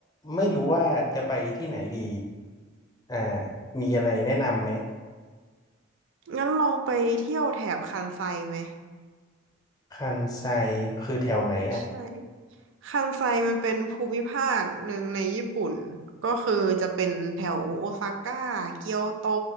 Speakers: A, on the left; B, on the right.
A: ไม่รู้ว่าจะไปที่ไหนดีอ่ามีอะไรแนะนำไหม
B: งั้นลองไปเที่ยวแถบคันไซไหม
A: คันไซคือแถวไหนอ่ะ
B: ใช่คันไซมันเป็นภูมิภาคหนึ่งในญี่ปุ่น ก็คือจะเป็นแถวโอซาก้าเกียวโต